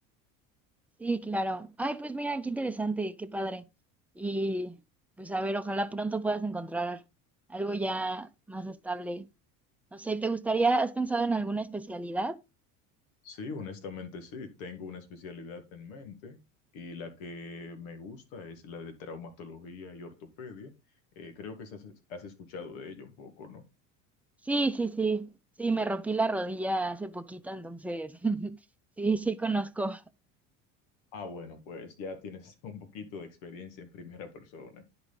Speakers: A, in the centre; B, on the left (about 75°).
A: Sí, claro. Ay, pues mira, qué interesante, qué padre. Y pues a ver, ojalá pronto puedas encontrar algo ya más estable. No sé, ¿te gustaría, has pensado en alguna especialidad?
B: Sí, honestamente sí. Tengo una especialidad en mente y la que me gusta es la de traumatología y ortopedia. Eh, creo que has, has escuchado de ello un poco, ¿no?
A: Sí, sí, sí. Sí, me rompí la rodilla hace poquito, entonces <laughs> sí, sí conozco.
B: Ah, bueno, pues ya tienes <laughs> un poquito de experiencia en primera persona.